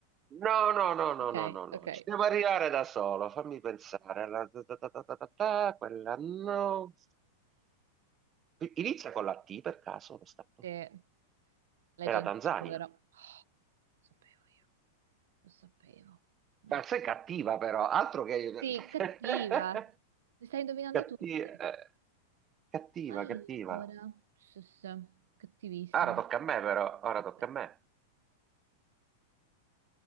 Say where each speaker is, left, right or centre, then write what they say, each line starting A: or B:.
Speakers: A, on the right (about 20°); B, on the right (about 85°).
A: No, no, no, no,
B: Ok,
A: no, no, no,
B: ok.
A: ci devo arrivare da solo, fammi pensare. La- ta- ta- ta- ta- ta- ta- ta, quella no. Inizia con la T per caso lo stato?
B: Eh, L'hai
A: È
B: già
A: la
B: indovinato,
A: Tanzania.
B: vero? Oh, lo sapevo io, lo sapevo.
A: Ma
B: Ecco.
A: sei cattiva però, altro che
B: Sì, cattiva.
A: <laughs>
B: Li stai indovinando
A: Catti-
B: tutti.
A: eh, cattiva,
B: Allora,
A: cattiva.
B: sì, sì, sì. cattivissima.
A: Ora tocca a me però, ora tocca
B: Eh,
A: a me.